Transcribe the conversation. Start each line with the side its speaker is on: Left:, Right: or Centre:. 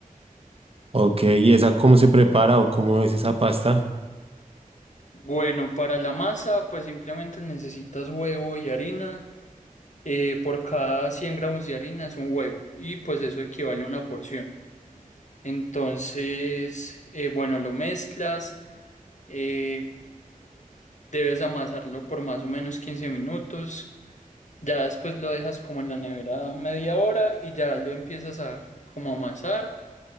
Right: Ok, ¿y esa cómo se prepara o cómo es esa pasta?
Left: Bueno, para la masa pues simplemente necesitas huevo y harina. eh, por cada 100 gramos de harina es un huevo y pues eso equivale a una porción. Entonces, eh, bueno, lo mezclas, eh, debes amasarlo por más o menos 15 minutos, ya después lo dejas como en la nevera media hora y ya lo empiezas a como amasar